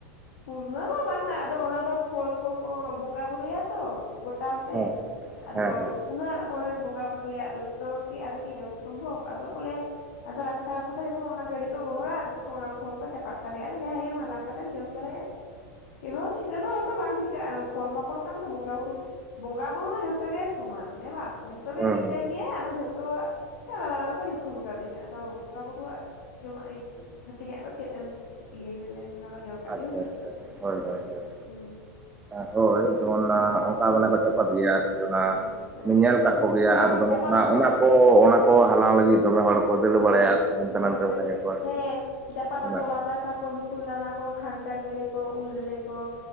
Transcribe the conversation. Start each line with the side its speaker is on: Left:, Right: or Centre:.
Left: ᱯᱩᱨᱱᱚ ᱫᱚ ᱵᱟᱝᱟ ᱟᱫᱚ ᱚᱱᱟ ᱫᱚ ᱯᱷᱚᱞ ᱠᱚᱠᱚ ᱵᱚᱸᱜᱟ ᱵᱩᱨᱩᱭᱟ ᱛᱚ ᱜᱚᱴᱟᱞ ᱛᱮ
Right: ᱦᱮᱸ
Left: ᱟᱫᱚ
Right: ᱦᱮᱸ ᱦᱮᱸ
Left: ᱩᱱᱟᱹᱜ ᱦᱚᱲᱮ ᱵᱚᱸᱜᱟ ᱵᱩᱨᱩᱭᱟ ᱟᱫᱚ ᱡᱷᱚᱛᱚ ᱠᱤ ᱟᱫᱚᱠᱤ ᱡᱚᱢ ᱥᱚᱢᱵᱷᱚᱵ ᱟᱫᱚ ᱠᱚ ᱞᱟᱹᱭᱟ ᱟᱫᱚ ᱨᱟᱥᱛᱟ ᱨᱟᱥᱛᱟ ᱛᱮ ᱡᱚᱠᱷᱚᱱ ᱚᱱᱟ ᱜᱟᱹᱰᱤ ᱠᱚ ᱜᱚᱦᱚᱲᱟ ᱛᱚᱠᱷᱚᱱ ᱚᱱᱟ ᱯᱷᱚᱞ ᱠᱚ ᱪᱟᱯᱟᱜ ᱛᱟᱨᱟᱭᱟ ᱟᱫᱚ ᱡᱟᱦᱟᱸᱭ ᱜᱮᱢ ᱦᱟᱞᱟᱝ ᱠᱟᱛᱮ ᱛᱮᱢ ᱡᱚᱢ ᱫᱟᱲᱮᱭᱟᱜ-ᱟ ᱪᱮᱫᱽ ᱦᱚ ᱪᱤᱠᱟᱹ ᱫᱚ ᱦᱚᱭᱛᱚ ᱵᱟᱝ ᱪᱤᱠᱟᱹᱜ-ᱟ ᱯᱷᱚᱞ ᱯᱟᱠᱚᱲ ᱠᱟᱱ ᱫᱚ ᱵᱚᱸᱜᱟ ᱵᱩᱨᱩ ᱵᱚᱸᱜᱟ ᱵᱩᱨᱩ ᱫᱚ ᱡᱷᱚᱛᱚ ᱜᱮ ᱥᱚᱢᱟᱱ ᱦᱮᱸ ᱵᱟᱝ ᱡᱷᱚᱛᱚ ᱜᱮ
Right: ᱦᱮᱸ
Left: ᱢᱤᱫᱴᱮᱱ
Right: ᱦᱮᱸ
Left: ᱜᱮᱭᱟᱭ ᱟᱫᱚ ᱡᱷᱚᱛᱚᱣᱟᱜ ᱟᱞᱟᱫᱟ ᱟᱞᱟᱫᱟ ᱠᱚ ᱧᱩᱛᱩᱢ ᱟᱠᱟᱫᱮᱭᱟ ᱟᱫᱚ ᱵᱚᱸᱜᱟ ᱵᱩᱨᱩᱣᱟᱜ ᱡᱚᱢᱟᱜ ᱦᱟᱹᱴᱤᱧᱟᱜ ᱫᱚ ᱪᱮᱫ ᱮᱢ ᱤᱭᱟᱹᱭᱟ <unintelligible>
Right: ᱟᱪᱷᱟ
Left: ᱦᱩᱭᱩᱜᱼᱟ
Right: ᱟᱪᱷᱟ ᱦᱳᱭ ᱦᱳᱭ
Left: ᱦᱩᱸ
Right: ᱦᱳᱭ ᱡᱮᱢᱚᱱ ᱚᱱᱠᱟ
Left: ᱦᱩᱸ
Right: ᱢᱟᱱᱮ ᱠᱚ ᱪᱟᱯᱟᱫ ᱜᱮᱭᱟ ᱟᱨᱠᱤ ᱚᱱᱟ
Left: ᱦᱮᱸ ᱦᱮᱸ
Right: ᱧᱮᱞ ᱟᱠᱟᱫ ᱠᱚᱜᱮᱭᱟ
Left: ᱦᱮᱸ
Right: ᱟᱨ ᱫᱚᱢᱮ
Left: ᱪᱟᱯᱟᱫ
Right: ᱚᱱᱟ
Left: ᱫᱟᱠᱚ
Right: ᱚᱱᱟ ᱠᱚ ᱚᱱᱟ
Left: ᱦᱮᱸ
Right: ᱠᱚ ᱦᱟᱞᱟᱝ ᱞᱟᱹᱜᱤᱫ ᱫᱚᱢᱮ ᱦᱚᱲ ᱠᱚ ᱫᱟᱹᱲ
Left: ᱦᱮᱸ
Right: ᱵᱟᱲᱟᱭᱟ ᱟᱨᱠᱤ ᱦᱟᱱᱛᱮ
Left: ᱦᱮᱸ
Right: ᱱᱟᱛᱮ
Left: ᱵᱟᱠᱷᱟᱡ
Right: ᱵᱟᱲᱟᱭᱟᱠᱚ
Left: ᱫᱚ
Right: ᱟᱨᱠᱤ
Left: ᱦᱮᱸ ᱪᱟᱯᱟᱫᱟ
Right: ᱚᱱᱟ
Left: ᱠᱚ ᱵᱟᱛᱟᱥᱟᱠᱚ ᱠᱩᱞ ᱫᱟᱱᱟ ᱠᱚ ᱠᱷᱟᱱᱴᱟᱲ ᱵᱮᱞᱮ ᱠᱚ ᱩᱞ ᱵᱮᱞᱮ ᱠᱚ